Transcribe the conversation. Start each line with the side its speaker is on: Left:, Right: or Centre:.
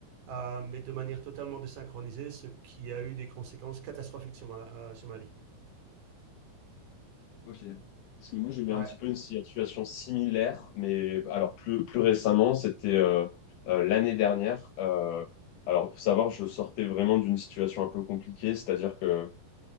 Right: euh, mais de manière totalement désynchronisée, ce qui a eu des conséquences catastrophiques sur ma, euh, sur ma vie.
Left: Ok. Parce que moi, j'ai eu
Right: Ouais,
Left: un petit peu une situation similaire, mais alors plus, plus récemment, c'était euh, euh, l'année dernière. Euh, alors, pour savoir, je sortais vraiment d'une situation un peu compliquée, c'est-à-dire que euh,